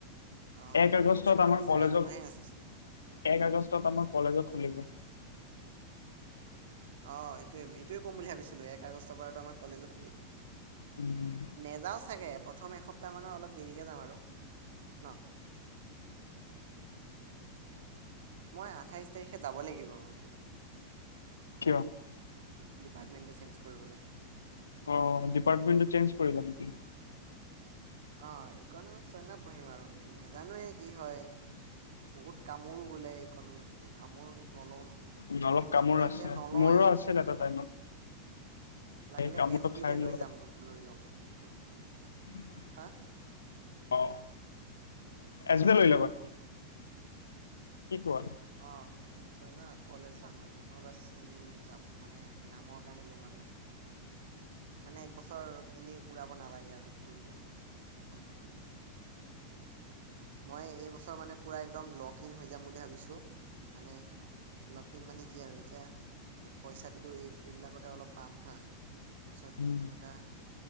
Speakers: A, on the right; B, on the left.
A: অ
B: এক
A: বহুত
B: আগষ্টত
A: সময়
B: আমাৰ
A: আছে
B: কলেজত
A: একমাহে আছেচোন
B: এক আগষ্টত আমাৰ কলেজো খুলিব
A: অ সেইটোৱে এইটোৱে ক'ম বুলি ভাবিছিলো এক আগষ্টৰ বাৰ আমাৰ কলেজো খুলিল
B: উম
A: নেযাও চাগে প্ৰথম এসপ্তাহ মানৰ অলপ দেৰিকে যাম আৰু ন মই আঠাইছ তাৰিখে যাব লাগিব আকৌ
B: <inaudible>
A: ডিপাৰ্টমেণ্টটো চেঞ্জ কৰিবলৈ
B: অ ডিপাৰ্টমেণ্টটো চেঞ্জ কৰিবা নেকি
A: অ ইকনমিকইনা থৰে না পঢ়িম আৰু নেজানোৱে কি হয় বহুত কামোৰো বোলে ইকনমিকস টো কামোৰ নলও নহয়
B: উ অলপ কামোৰ
A: লাগিলে
B: আছে
A: নলওৱে
B: মোৰো আছিল এটা টাইমত
A: লাগিলে
B: সেই কামোৰটো
A: এছ বিতে
B: খাই
A: লৈ
B: মোৰ
A: যাম লৈ ল'ম কিন্তু।
B: <inaudible>
A: হা
B: অ এজে লৈ লবা। কি কোৱা।
A: অ থৈ না কলেজ যাম আৰু মই বা এনে যাম মানে নামৰ কাৰণে লম আৰু <inaudible> মানে এক বছৰ এনেই উৰাব নালাগে আৰু সেইটোৱে মোৰ কথা। মই এইবছৰ মানে পূৰা একদম লগক ইন হৈ যাম বুলি ভাবিছোঁ মানে লকিন মানে কি আৰু এতিয়া পইচাটোতো এই এইবিলাকতে অলপ পাম হা তাৰপিছত
B: উম,
A: এনেকুৱা